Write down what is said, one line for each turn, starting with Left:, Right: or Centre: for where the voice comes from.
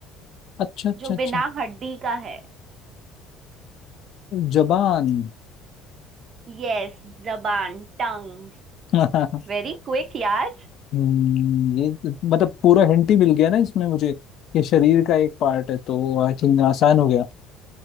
Left: अच्छा अच्छा
Right: जो
Left: अच्छा
Right: बिना हड्डी का है
Left: जबान
Right: यस जबान टंग
Left: <laughs>
Right: वेरी क्विक यार
Left: हम्म, ये तो मतलब पूरा हिंट ही मिल गया ना इसमें मुझे ये शरीर का एक पार्ट है तो आई थिंक आसान हो गया